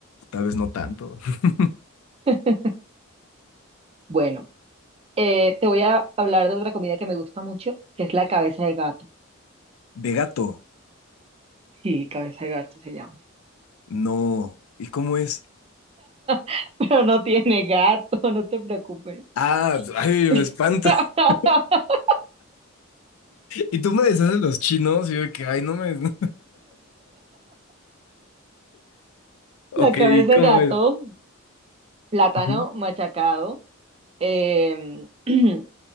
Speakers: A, on the left; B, on the right.
A: tal vez no tanto. <laughs>
B: <laughs> Bueno, eh, te voy a hablar de otra comida que me gusta mucho, que es la cabeza de gato.
A: De gato,
B: Sí, cabeza de gato se llama.
A: no. ¿Y cómo es?
B: <laughs> Pero no tiene gato, no te preocupes.
A: Ah, ay, me
B: <laughs>
A: espanta. <laughs> Y tú me decías de los chinos y yo de que, ay, no me... <laughs> Ok,
B: La cabeza
A: ¿y cómo
B: de gato,
A: es?
B: plátano
A: Ujú.
B: machacado, em, <clears throat>